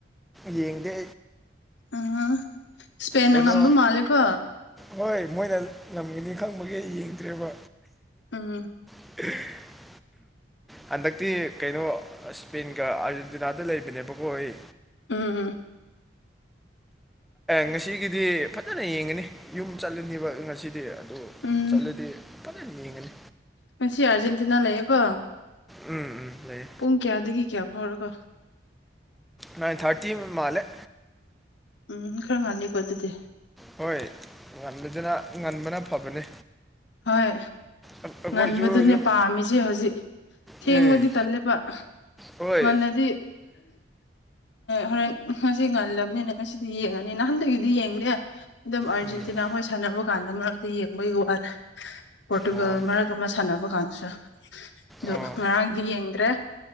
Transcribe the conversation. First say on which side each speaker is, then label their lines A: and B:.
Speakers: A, in the centre; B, on the left.
A: ꯌꯦꯡꯗꯦ
B: ꯑꯥ ꯏꯁꯄꯦꯟꯅ
A: ꯀꯩꯅꯣ
B: ꯉꯝꯕ ꯃꯥꯂꯦꯀꯣ
A: ꯍꯣꯏ ꯃꯣꯏꯅ ꯉꯝꯈꯤꯅꯤ ꯈꯪꯕꯒꯤ ꯌꯦꯡꯗ꯭ꯔꯦꯕ
B: ꯎꯝ
A: ꯑꯥꯍꯥ ꯍꯟꯗꯛꯇꯤ ꯀꯩꯅꯣ ꯏꯁꯄꯦꯟꯒ ꯑꯥꯔꯖꯦꯟꯇꯤꯅꯥꯗ ꯂꯩꯕꯅꯦꯕꯀꯣ ꯑꯩ
B: ꯎꯝ ꯎꯝ
A: ꯉꯁꯤꯒꯤꯗꯤ ꯐꯖꯅ ꯌꯦꯡꯉꯅꯤ ꯌꯨꯝ ꯆꯠꯂꯅꯤꯕ ꯉꯁꯤꯗꯤ ꯑꯗꯨ
B: ꯎꯝ
A: ꯆꯠꯂꯗꯤ ꯐꯖꯅꯥ ꯌꯦꯡꯉꯅꯤ
B: ꯉꯁꯤ ꯑꯥꯔꯖꯦꯟꯇꯤꯅꯥ ꯂꯩꯌꯦꯀꯣ
A: ꯎꯝ ꯎꯝ ꯂꯩꯌꯦ
B: ꯄꯨꯡ ꯀꯌꯥꯗꯒꯤ ꯀꯌꯥ ꯐꯥꯎꯔꯀꯣ
A: ꯅꯥꯏꯟ ꯊꯥꯔꯇꯤ ꯃꯥꯂꯦ
B: ꯎꯝ ꯈꯔ ꯉꯜꯂꯤꯀꯣ ꯑꯗꯨꯗꯤ
A: ꯍꯣꯏ ꯉꯟꯕꯗꯨꯅ ꯉꯟꯕꯅ ꯐꯕꯅꯦ
B: ꯍꯣꯏ
A: ꯑꯩꯈꯣꯏꯁꯨ
B: ꯉꯟꯕꯗꯨꯅꯦ
A: ꯌꯨꯝ
B: ꯄꯥꯝꯃꯤꯁꯦ ꯍꯧꯖꯤꯛ ꯊꯦꯡꯕꯗꯤ
A: ꯑꯦ
B: ꯇꯜꯂꯦꯕ
A: ꯍꯣꯏ
B: ꯉꯜꯂꯗꯤ ꯍꯣꯔꯦꯟ ꯉꯁꯤ ꯉꯜꯂꯕꯅꯤꯅ ꯉꯁꯤꯗꯤ ꯌꯦꯡꯉꯅꯤ ꯅꯍꯥꯟꯗꯒꯤꯗꯤ ꯌꯦꯡꯗꯦ ꯑꯗꯨꯝ ꯑꯥꯔꯖꯦꯟꯇꯤꯅꯥ
A: ꯎꯝ
B: ꯍꯣꯏ ꯁꯥꯟꯅꯕ ꯀꯥꯟꯗ ꯃꯔꯛꯇ ꯌꯦꯡꯕꯒꯤ ꯋꯥꯅ‌ꯦ ꯄꯣꯔꯇꯨꯒꯜ
A: ꯑꯣ
B: ꯃꯔꯛ ꯑꯃ ꯁꯥꯟꯅꯕ ꯀꯥꯟꯗꯁꯨ ꯑꯗꯨ
A: ꯑꯣ
B: ꯉꯔꯥꯡꯗꯤ ꯌꯦꯡꯗ꯭ꯔꯦ